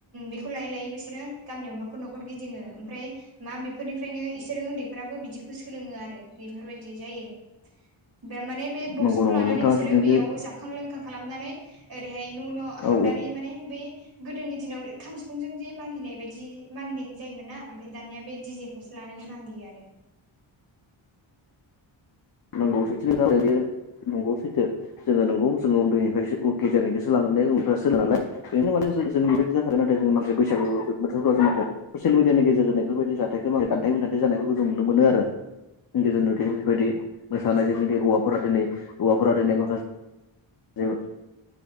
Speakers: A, on the right; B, on the left.
A: बेखौ लायै लायै बिसोरो गामियाव न'खर न'खर गिदिङो ओमफ्राय मा बेफोरनिफ्रायनो इसोरो उन्दैफोराबो बिदिखौ सोलोङो आरो बेफोरबायदि जायो।
B: <inaudible>
A: द माने बे बक्सखौ
B: नंगौ नंगौ
A: लानानै
B: नोंथाङा
A: बिसोरो
B: जिथुनाखि
A: बेयाव जाखां लोंखां खालाम हाबनानै ओरैहाय न' न'
B: औ
A: हाबनानै माने बे गोदोनि दिनाव खाम सिफुंजों जे मागिनाय बायदि मागिनाय जायोमोन ना ओमफ्राय दानिया बे दिजेखौसो लानानै मानियो आरो
B: नंगौ सैथो नंगौ सैथो जोङो नंगौ जोङो उन्दैनिफ्रायसो <unintelligible> मान उफ <unintelligible> सो नालाय बेनो माने जों बेबायदि जाथार ना जों माखासि बैसागु बोथोरफ्राव जों मखौ ससियेल मिडियानि गेजेरजों बेफोरबायदि जाथायखौ दान्थे बिदानथे जानायफोरखौ जों नुनो मोनो आरो गोज न <unintelligible> द बेबायदि मोसानाय
A: औ
B: जे हौवाफोरा दिनै हौवाफोरा दिनै माखासे